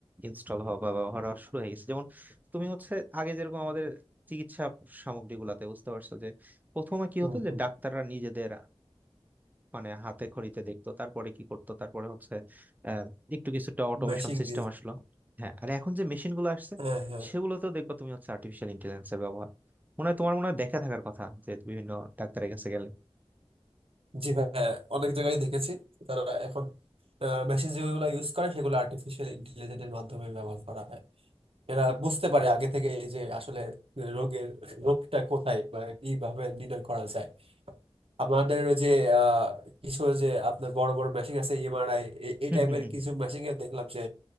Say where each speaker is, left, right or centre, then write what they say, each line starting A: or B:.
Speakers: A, on the right; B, on the right.
A: ইনস্টল হওয়া বা ব্যবহার হওয়া শুরু হয়ে গেছে যেমন তুমি হচ্ছে আগে যেরকম আমাদের চিকিৎসা সামগ্রীগুলাতে বুঝতে পারছো যে প্রথমে কি
B: হুম
A: হতো যে
B: হুম
A: ডাক্তাররা নিজেদের মানে হাতে খড়িতে দেখতো তারপরে কি করতো তারপরে হচ্ছে আহ, একটু কিছুটা অটোমেশন
B: মেশিং
A: সিস্টেম
B: দিয়ে
A: আসলো হ্যাঁ আর এখন যে মেশিন গুলো আসছে
B: হ্যাঁ হ্যাঁ
A: সেগুলোতেও দেখবা তুমি হচ্ছে আর্টিফিশিয়াল ইন্টেলিজেন্স এর ব্যবহার মনে হয় তোমার মনে হয় দেখা থাকার কথা যে বিভিন্ন ডাক্তারের কাছে গেলে
B: জি ভাইয়া অনেক জায়গায় দেখেছি তারা এখন মেশিন যেগুলো ইউজ করে সেগুলো আর্টিফিশিয়াল ইন্টেলিজেন্সের মাধ্যমে ব্যবহার করা হয় এরা
A: হুম
B: বুঝতে পারে আগে থেকে এই যে আসলে রোগের রোগটা কোথায় বা কিভাবে নির্ণয় করা যায় আপনাদের ওই যে আহ, কিছু ওই যে আপনার বড় বড় মেশিন আছে এমআরআই এই
A: হুম
B: টাইপের
A: হুম
B: কিছু
A: হুম।
B: মেশিন এ দেখলাম যে